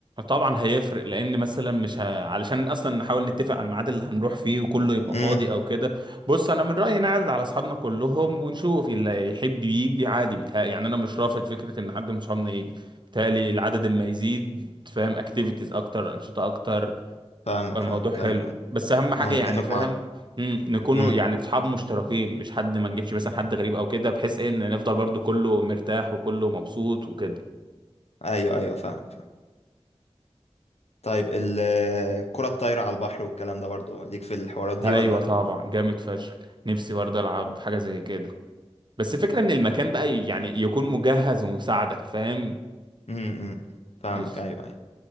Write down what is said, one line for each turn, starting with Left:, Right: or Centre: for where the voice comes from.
Right: طبعا هيفرق لان مثلا مش ه... علشان اصلا نحاول نتفق على الميعاد اللي هنروح فيه وكله يبقى
Left: امم
Right: فاضي او كده بص انا من رايي نعرض على اصحابنا كلهم ونشوف اللي يحب يجي عادي بتهيألي يعني انا مش رافض فكره ان حد من صحابنا يجي بالتالي العدد اما يزيد فاهم اكتيفيتيز اكتر انشطه اكتر
Left: فاهمك
Right: الموضوع
Left: فاهمك
Right: حلو
Left: ايوه أيوة.
Right: بس اهم حاجه
Left: انا متفق
Right: يعني فاهم
Left: معاك
Right: مم، نكونوا
Left: امم
Right: يعني اصحاب مشتركين مش حد ما نجيبش مثلا حد غريب او كده بحيث ايه ان نفضل برضو كله مرتاح وكله مبسوط وكده
Left: ايوه ايوه فاهمك فاهم طيب ال- الكرة الطايرة على البحر والكلام ده برضه ليك في الحوارات دي
Right: ايوه
Left: ولا
Right: طبعا جامد فشخ نفسي برضه العب حاجه زي كده بس فكره ان المكان بقى يعني يكون مجهز ومساعدك فاهم
Left: امم أمم. فاهمك
Right: مش
Left: ايوه ايوه